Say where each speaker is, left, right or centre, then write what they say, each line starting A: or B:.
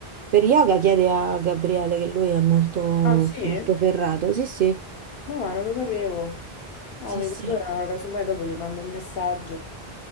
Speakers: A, on the right; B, on the left.
A: Per yoga chiede a Gabriele che lui è molto,
B: Ah, sì?
A: molto ferrato. Sì, sì,
B: Ma va, non lo sapevo. No,
A: Sì,
B: vedi,
A: sì.
B: allora casomai dopo gli mando un messaggio.